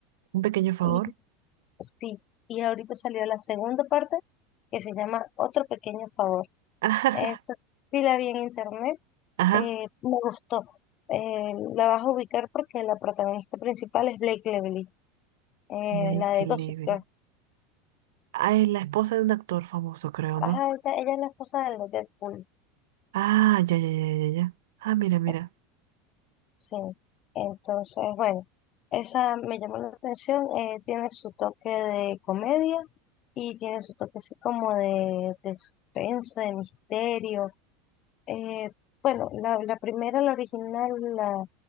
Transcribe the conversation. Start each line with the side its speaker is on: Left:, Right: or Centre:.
Right: Un pequeño favor.
Left: y sí, y ahorita salió la segunda parte que se llama Otro pequeño favor.
Right: <laughs>
Left: Esa sí la vi en internet,
Right: Ajá.
Left: eh, me gustó. Eh, la vas a ubicar porque la protagonista principal es Blake Lively, eh,
Right: Lake
Left: la de Gossip
Right: Level.
Left: Girl.
Right: Ah, es la esposa de un actor famoso, creo,
Left: Ajá,
Right: ¿no?
Left: ella, ella es la esposa del de Deadpool.
Right: Ah, ya, ya, ya, ya, ya. Ah, mira, mira.
Left: pues, Sí. Entonces, bueno, esa me llamó la atención. eh, tiene su toque de comedia y tiene su toque así como de, de suspenso, de misterio. Eh, bueno, la, la primera, la original, la,